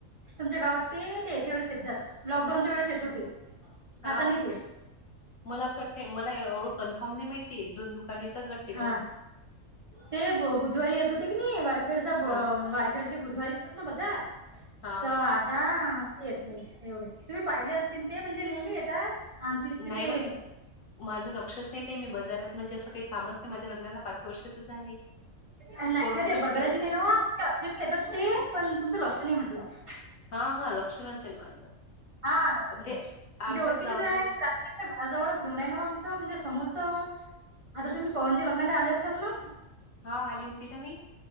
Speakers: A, on the right (about 25°); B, on the left (about 75°).
A: तुमच्या गावात ते ते याच्या वेळेस येत जात, लॉकडाऊनच्या वेळेस येत होते,
B: हा
A: आता नाही
B: काय
A: येत
B: मला असं वाटतंय, मला एवढं कन्फर्म नाही माहितीे तुझ दुकान इथच वाटतय
A: हा
B: बस
A: ते ब बुधवारी येत होते की, नाही वारखेडचा बा
B: हा
A: वारखेडचे बुधवारीच येतात ना बजार
B: हा
A: तर हा
B: हो
A: येत नाही एवढेच, तुम्ही पाहिले असतील ते म्हणजे नेहमी येतात. आमच्या इथचे
B: नाही
A: ते
B: व माझं लक्षच नाही, ते मी बजारात म्हणजे असं काही कामच नाही माझ माह्या लग्नाला पाच वर्ष तर झाले
A: ती लँग्वे
B: कोरोनाच्याच
A: ती बदलायची
B: पिर
A: नाही न्हव. ते असिप येतात, ती पण तुमचं लक्ष नाही म्हटलं.
B: हा हा लक्ष नसेल माझं.
A: हा लक्ष नसेल,
B: ते
A: म्हणजे
B: आमच्याच
A: ओळखीचीच
B: गावातले
A: हाएत रात्री तुमच्या घराजवळच घर आहे नाओ आहे. आमचं म्हणजे समोरचं आता तुम्ही पवनच्या लग्न झाले असेल ना?
B: हा आली होती ना मी